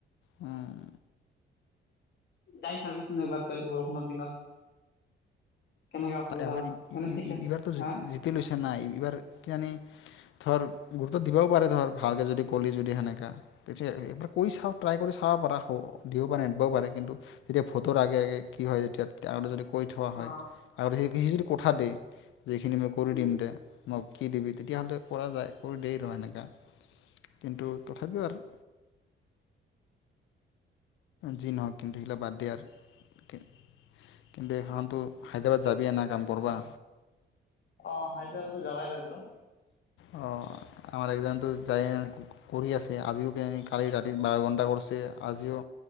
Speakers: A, on the left; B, on the left.
A: উম।
B: যায় চাবিচোন এবাৰ তই বৰষুণৰ দিনত। কেনেকে অসুবিধা
A: এবাৰ
B: হয় এনে ঠিকে
A: এইবাৰতো
B: হা
A: জি টি লৈছে নাই এইবাৰ কি জানি ধৰ গুৰুত্ব দিবাও পাৰে ধৰ ভালকে যদি কলি যদি সেনেকা কৈছে চাওঁ ট্ৰাই কৰি চাওঁ। দিব পাৰে নিদবাও পাৰে কিন্তু যেতিয়া ভোটৰ আগে আগে কি হয় যেতিয়া যদি কৈ থোৱা হয়
B: অ
A: আৰু সেই সেই যদি কথা দেই যে এইখিনি মই কৰি
B: উম
A: দিম দে মোক কি দিবি তেতিয়া হ'লে কৰা যায় কৰি দেইটো সেনেকা। কিন্তু তথাপিও আৰু।
B: ।
A: যি নহক কিন্তু হেবিলা বাদ দিয় আৰু। কিন্তু এইখনতো হায়দৰাবাদ যাবিয়ে না কাম কৰবা।
B: অ' হায়দৰাবাদো যাবাই লাগিব।
A: অ' আমাৰ একজনতো যায় কৰি আছে, আজিও কালি ৰাতি বাৰ ঘণ্টা কৰিছে আজিও